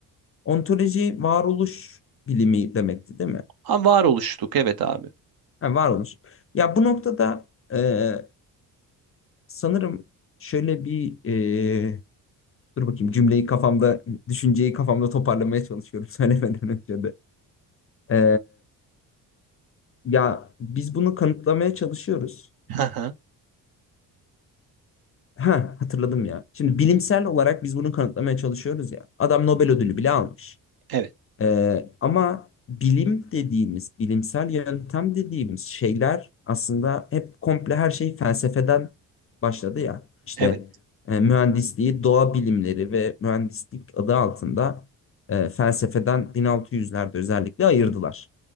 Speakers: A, on the left (about 35°); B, on the right (about 60°).
A: ontoloji varoluş bilimi demekti değil mi?
B: Ha, var oluştuk evet abi.
A: Ha, varoluş. Ya bu noktada e, Sanırım şöyle bir e, dur bakayım cümleyi kafamda, düşünceyi kafamda toparlamaya çalışıyorum <laughs> söylemeden önce de. E, ya biz bunu kanıtlamaya çalışıyoruz.
B: Hı hı.
A: Ha hatırladım ya. Şimdi bilimsel olarak biz bunu kanıtlamaya çalışıyoruz ya. Adam Nobel ödülü bile almış.
B: Evet,
A: Ee, ama bilim dediğimiz, bilimsel yöntem dediğimiz şeyler aslında hep komple her şey felsefeden başladı ya. İşte
B: evet,
A: e, mühendisliği, doğa bilimleri ve mühendislik adı altında e, felsefeden 1600'lerde özellikle ayırdılar.